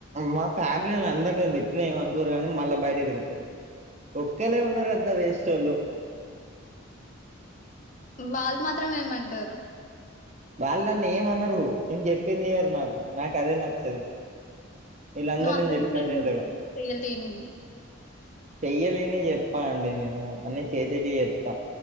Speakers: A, on the right (about 35°); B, on the left (about 40°).
A: మా ఫ్యామిలీ అందర్ నను తిట్టిన ఏమ్ అనుకోరు కానీ మళ్ళా బయటే తిడతారు ఒక్కేలే ఉన్నారు అంత వేస్ట్ వోళ్ళు
B: వాళ్ మాత్రం ఏమంటారు
A: వాళ్ళు నన్ను ఏమనరు నేను చెప్పింది ఇయ్యరు నాకు నాకు అదే నచ్చదు వీళ్ళందరూ
B: నువ్వు అంతకన్నా
A: నేను చెప్పినట్టు
B: ఏం
A: ఇంటరు
B: చెప్తావు చేయలేనివి
A: చెయ్యలేని చెప్ ప్ప అండి నేను అన్ని చేసేటియ్ చెస్తా